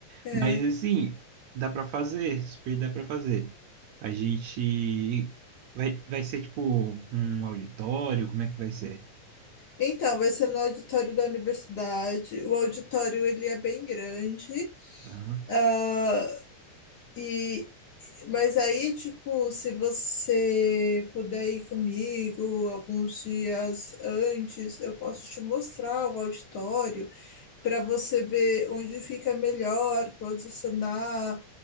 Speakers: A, on the left; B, on the right.
A: É.
B: Mas assim, dá pra fazer, super dá pra fazer. A gente vai, vai ser tipo um auditório, como é que vai ser?
A: Então, vai ser no auditório da universidade. O auditório ele é bem grande.
B: Aham.
A: Ah, e, mas aí, tipo, se você puder ir comigo alguns dias antes, eu posso te mostrar o auditório para você ver onde fica melhor posicionar